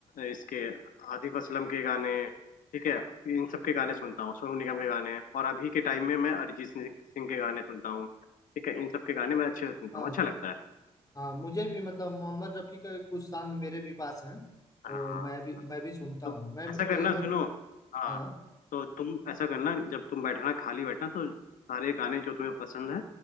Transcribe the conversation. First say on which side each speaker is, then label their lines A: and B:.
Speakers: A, on the left (about 75°); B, on the left (about 25°).
A: इसके आतिफ असलम के गाने ठीक है इन सब के गाने सुनता हूँ सोनू निगम के गाने और अभी के टाइम में मैं अरिजीत सिंह सिंह के गाने सुनता हूँ ठीक है इन सब के गाने मैं अच्छे से सुनता
B: हाँ
A: हूँ अच्छा लगता है
B: हाँ मुझे भी मतलब मोहम्मद रफ़ी का कुछ सॉन्ग मेरे भी पास हैं तो
A: हाँ
B: मैं भी मैं भी सुनता
A: तो
B: हूँ मैं
A: ऐसा करना
B: एल्बम
A: सुनो हाँ
B: हाँ
A: तो तुम ऐसा करना जब तुम बैठना खाली बैठना तो सारे गाने जो तुम्हें पसंद है